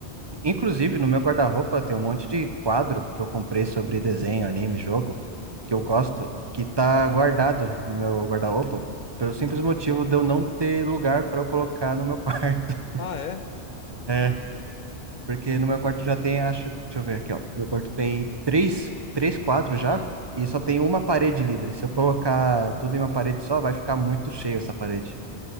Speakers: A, on the right (about 30°); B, on the left (about 50°).
A: Inclusive, no meu guarda-roupa tem um monte de quadro que eu comprei sobre desenho, anime, jogo,
B: Hum.
A: que eu gosto, que tá guardado no meu guarda-roupa, pelo simples motivo de eu não ter lugar para eu colocar no meu quarto.
B: Ah, é?
A: <laughs> Porque no meu quarto já tem, acho, deixa eu ver aqui, ó. Meu quarto tem três, três quadros já e só
B: Uhum.
A: tem uma parede livre. Se eu colocar tudo em uma parede só, vai ficar muito cheio essa parede.